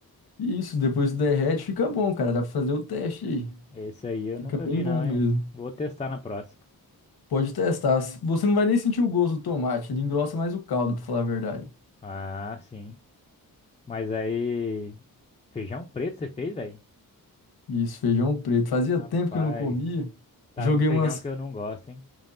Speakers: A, on the left; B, on the left.
A: isso, depois derrete, fica bom, cara. Dá pra fazer o teste aí.
B: Esse aí eu
A: Fica
B: nunca
A: bem
B: vi
A: bom
B: não,
A: mesmo.
B: hein? Vou testar na próxima.
A: Pode testar. Você não vai nem sentir o gosto do tomate, ele engrossa mais o caldo, pra falar a verdade.
B: Ah, sim. Mas aí, feijão preto você fez, velho?
A: Isso, feijão preto. Fazia
B: Rapaz,
A: tempo que eu não comia.
B: tá
A: Joguei
B: aí um feijão
A: umas.
B: que eu não gosto, hein?